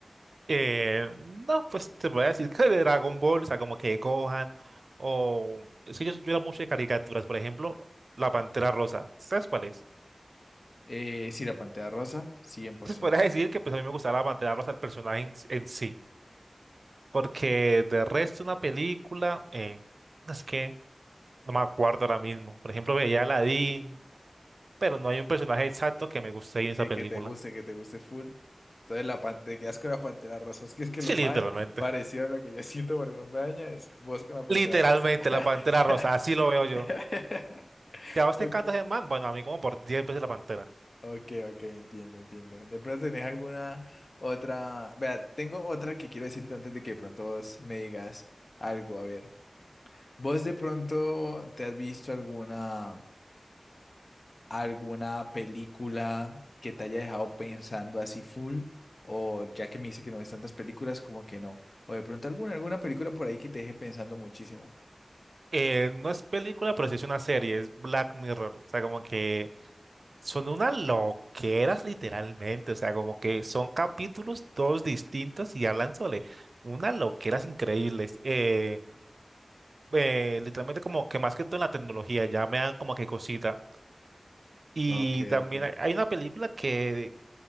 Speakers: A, on the right; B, on the left.
A: Eh, no, pues te voy a decir que de Dragon Ball, o sea, como que Gohan, o. Es que yo, yo era mucho de caricaturas, por ejemplo, La Pantera Rosa. ¿Sabes cuál es? <laughs>
B: Eh, sí, la Pantera Rosa, cien por
A: Pues
B: ciento.
A: podrías decir que pues, a mí me gustaba La Pantera Rosa, el personaje en, en sí. Porque de resto, una película, eh, no, es que no me acuerdo ahora mismo. Por ejemplo, veía a Aladdin, pero no hay un personaje exacto que me guste ahí en esa
B: que,
A: película.
B: que te guste, que te guste full. Entonces la pantera, quedas con la pantera rosa. <laughs> Es que es que
A: Sí,
B: lo más
A: literalmente.
B: parecido a lo que yo siento por el hombre araña es vos
A: <laughs>
B: con la pantera
A: Literalmente,
B: rosa. <laughs>
A: La Pantera Rosa, así lo veo yo. Si a vos
B: Ok,
A: te encanta ese man, bueno, a mí como por diez veces la Pantera.
B: ok, ok, entiendo, entiendo. De pronto tenés alguna otra. Vea, tengo otra que quiero decirte antes de que de pronto vos me digas algo. A ver, vos de pronto te has visto alguna. alguna película que te haya dejado pensando así full, o ya que me dice que no ves tantas películas, como que no, o de pronto alguna, alguna película por ahí que te deje pensando muchísimo.
A: Eh, no es película, pero sí es una serie, es Black Mirror. O sea, como que son unas loqueras literalmente. O sea, como que son capítulos todos distintos y hablan sobre unas loqueras increíbles. Eh, eh, literalmente como que más que todo en la tecnología, ya me dan como que cosita. Y
B: Ok,
A: también
B: ok.
A: hay hay una película que